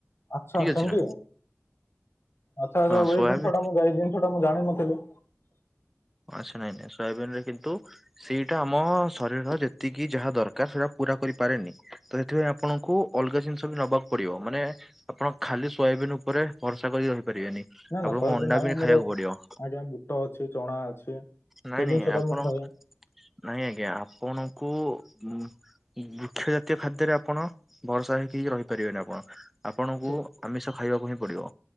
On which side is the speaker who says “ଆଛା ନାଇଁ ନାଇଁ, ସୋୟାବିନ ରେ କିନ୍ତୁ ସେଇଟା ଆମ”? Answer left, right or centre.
Centre